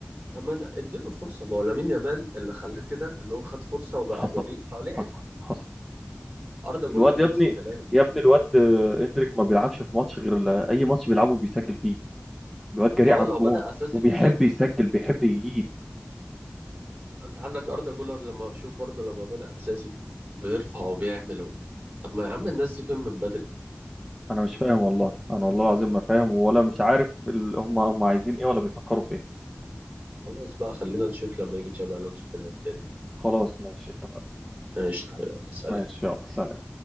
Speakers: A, on the right; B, in the centre.
A: طب ما أنا- اديله فرصه ما هو لامين يامال اللي خلاه كده ان هو خد فرصه وبقى
B: حصل
A: جريء فلعب
B: حصل حصل
A: اردا جولر
B: الواد
A: نفس
B: يا ابني
A: الكلام
B: يا ابني الواد آه، اندريك ما بيلعبش في ماتش غير ال- اي ماتش بيلعبه بيسجل فيه الواد جريء
A: اه
B: على
A: لو
B: الجون
A: بدأ اساسي
B: وبيحب
A: بيسجل
B: يسجل
A: فعلا
B: بيحب يجيب
A: انت عندك اردا جولر لما شوف برضو لما بدأ اساسي بيرفع وبيعمل و- طب ما يا عم الناس دي فين من بدري
B: انا مش فاهم والله انا والله العظيم ما فاهم ولا مش عارف ال- هم هم عايزين ايه ولا بيفكروا في ايه
A: خلاص بقى خلينا نشوف لما يجي تشابي الونسو كده الدنيا
B: خلاص ماشي اتفقنا
A: قشطه يلا سلام
B: ماشي يلا سلام